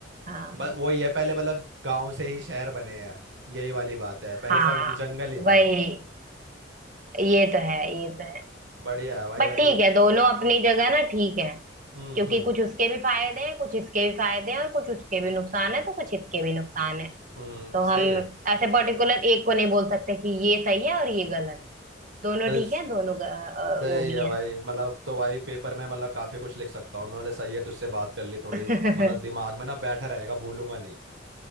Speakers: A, on the right; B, on the right.
A: हाँ
B: बस वही है पहले मतलब गांव से ही शहर बने हैं यही वाली बात है पहले
A: हाँ
B: सब जंगल ही
A: वही
B: था
A: ये तो है ये तो है
B: बढ़िया है भाई
A: बट
B: अगले
A: ठीक है दोनों अपनी जगह ना ठीक है
B: हम्म
A: क्योंकि
B: हम्म
A: कुछ उसके भी फायदे हैं कुछ इसके भी फायदे हैं और कुछ उसके भी नुकसान है तो कुछ इसके भी नुकसान है
B: हम्म
A: तो हम
B: सही है
A: ऐसे पर्टिकुलर एक को नहीं बोल सकते कि ये सही है और ये गलत दोनों
B: चल
A: ठीक है दोनों ग- अ,
B: सही
A: वो भी
B: है
A: हैं
B: भाई मतलब तो भाई पेपर में मतलब काफी कुछ लिख सकता हूँ मैं बोले सही है तुझसे बात कर ली थोड़ी
A: <laughs>
B: मतलब दिमाग में ना बैठा रहेगा भूलूंगा नहीं